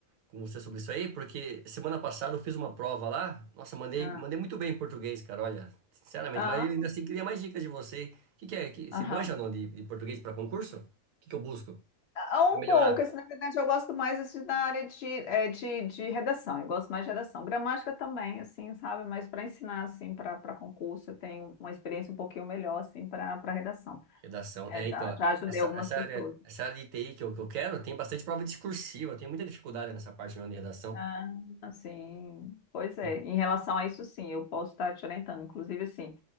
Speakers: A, on the right (about 85°); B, on the left (about 65°).
A: com você sobre isso aí, porque semana passada eu fiz uma prova lá. Nossa, mandei,
B: Ah,
A: mandei muito bem em português, cara, olha, sinceramente.
B: ah,
A: Mas eu ainda assim queria mais dicas de você. O que, que é? Que, você
B: aham.
A: manja ou não de, de português para concurso? O que, que eu busco
B: Ah,
A: para
B: Um
A: melhorar?
B: pouco, assim, na verdade eu gosto mais assim, da área de, eh, de, de redação, eu gosto mais de redação. Gramática também, assim, sabe? Mas para ensinar, assim, para concurso, eu tenho uma experiência um pouquinho melhor, assim, para redação.
A: Redação.
B: É,
A: É, então,
B: já,
A: ó,
B: já ajudei
A: essa,
B: algumas
A: essa
B: pessoas.
A: área, essa área de TI que eu, que eu quero tem bastante prova discursiva, eu tenho muita dificuldade nessa parte não, de redação.
B: Ah, assim, pois é.
A: E,
B: Em relação a isso, sim, eu posso estar te orientando. Inclusive, assim,